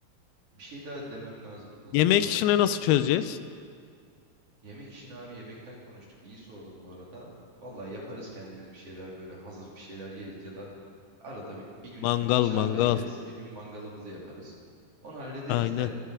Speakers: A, on the right (about 40°); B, on the left (about 85°).
A: bir şey daha demem lazımdı da
B: Yemek
A: dur onu hatırlamaya
B: işini nasıl
A: çalışıyorum.
B: çözeceğiz?
A: Yemek işini abi yemekten konuştuk. İyi sordum bu arada. Vallahi yaparız kendimiz bir şeyler böyle hazır bir şeyler yeriz ya da arada bir, bir gün
B: Mangal
A: atıyorum dışarıda
B: mangal.
A: yeriz. Bir gün mangalımızı yaparız. Onu hallederiz
B: Aynen.
A: de